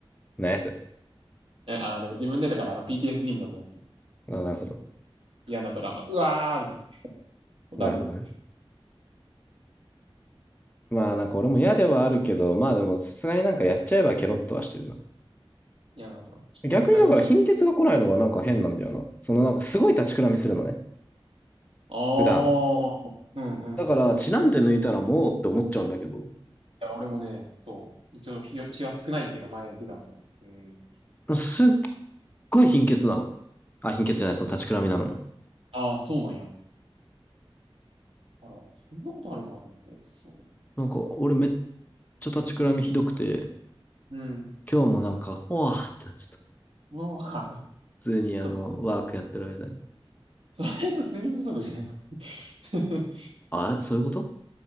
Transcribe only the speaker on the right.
え、あー、だから自分でだからあの PTSD みたいなもんですね。
嫌なトラウマ。うわーみたいな。
ダブル。
いやー、そうちょっと3日用意しちゃう。
ああ、
うんうん。
いや、俺もね、そう。一応、ひよ血は少ないっていうのは前出たんですよね。うん。
ああ、そうなんや。あら、そんなことあるかと思って。そ
う。うん。
もう、は <laughs>
ちょっと、
それちょっと睡眠不足じゃないですか。<laughs>